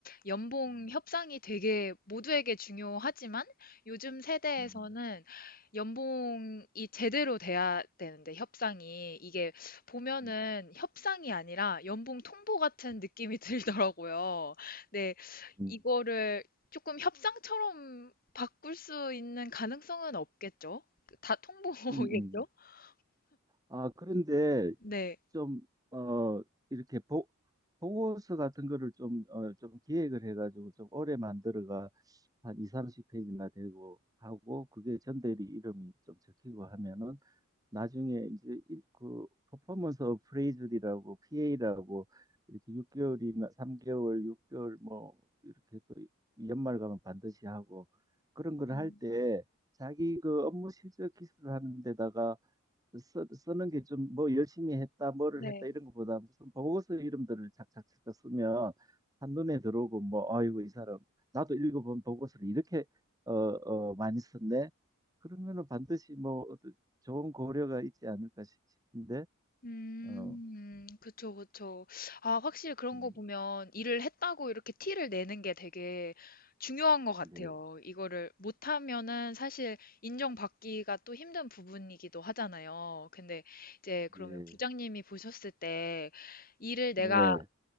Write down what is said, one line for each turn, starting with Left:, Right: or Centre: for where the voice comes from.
Left: 연봉
Right: 음,
Left: 협상이 되게 모두에게 중요하지만 요즘 세대에서는
Right: 음,
Left: 연봉이 제대로 돼야 되는데 협상이 이게 보면은
Right: 음.
Left: 협상이 아니라 연봉 통보 같은 느낌이 <laughs> 들더라고요. 네,
Right: 음,
Left: 이거를 조금 협상처럼 바꿀 수 있는 가능성은 없겠죠? 그 다 통보겠죠?
Right: 음, 음.
Left: <laughs>
Right: 아, 그런데
Left: 네.
Right: 좀, 어, 이렇게 보, 보고서 같은 거를 좀, 어, 좀 기획을 해가지고 좀 오래 만들어가 한 2, 30페이지나 되고 하고 그게 전대리 이름이 좀 적히고 하면은 나중에 이제 일- 그 퍼포먼스 오브 프레이즈리라고 PA라고 이렇게 6개월이나 3개월, 6개월 뭐 이렇게 또 연말 가면 반드시 하고 그런 걸
Left: 음,
Right: 할 때 자기 그 업무 실적 기술을 하는 데다가 쓰, 쓰는 게 좀 뭐 열심히 했다, 뭐를
Left: 네.
Right: 했다 이런 것보다 무슨 보고서 이름들을 착착착착 쓰면 한눈에 들어오고 뭐 아이고 이 사람 나도 읽어본 보고서를 이렇게 어, 어, 많이 썼네. 그러면은 반드시 뭐 어떤 좋은 고려가 있지 않을까 싶- 싶은데
Left: 음,
Right: 어,
Left: 그쵸, 그쵸. 아, 확실히 그런
Right: 음,
Left: 거 보면 일을 했다고 이렇게 티를 내는 게 되게 중요한 것 같아요.
Right: 예,
Left: 이거를 못하면은 사실 인정받기가 또 힘든 부분이기도 하잖아요. 근데 이제 그러면
Right: 예,
Left: 부장님이 보셨을 때 일을 내가
Right: 네,